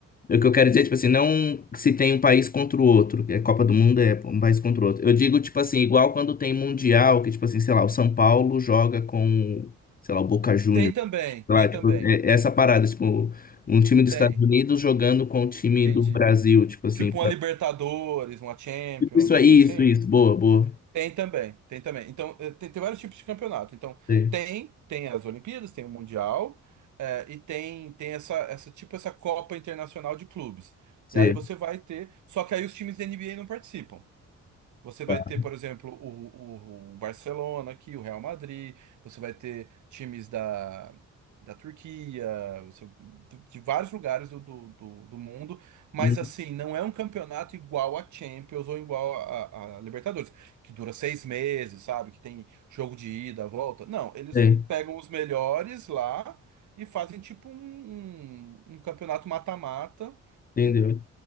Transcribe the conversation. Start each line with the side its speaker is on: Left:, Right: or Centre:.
Left: O que eu quero dizer, tipo assim, não se tem um país contra o outro, que é Copa do Mundo é um país contra o outro. Eu digo, tipo assim, igual quando tem Mundial, que, tipo assim, sei lá, o São Paulo joga com, sei lá, o Boca Juniors.
Right: Tem também,
Left: Sei
Right: tem
Left: lá,
Right: também.
Left: tipo, é, é essa parada, tipo, um time dos
Right: Tem.
Left: Estados Unidos jogando com o time
Right: Entendi.
Left: do Brasil, tipo assim.
Right: Tipo uma Libertadores, uma Champions,
Left: Tipo, Isso
Right: uma
Left: aí,
Right: coisa assim?
Left: isso, isso. Boa, boa.
Right: Tem também, tem também. Então, eh, tem, tem vários tipos de campeonato. Então,
Left: Sei,
Right: tem, tem as Olimpíadas, tem o Mundial, eh, e tem, tem essa, essa, tipo, essa Copa Internacional de Clubes.
Left: sei.
Right: E aí você vai ter. Só que aí os times da NBA não participam. Você vai
Left: Tá.
Right: ter, por exemplo, o, o, o Barcelona aqui, o Real Madrid, você vai ter times da, da Turquia, você- de de vários lugares do, do, do, do mundo, mas
Left: Hum,
Right: assim, não é um campeonato igual a Champions ou igual a, a Libertadores, que dura seis meses, sabe? Que tem jogo de ida, volta. Não, eles
Left: sei.
Right: pegam os melhores lá e fazem tipo um, um um campeonato mata-mata
Left: Entendeu?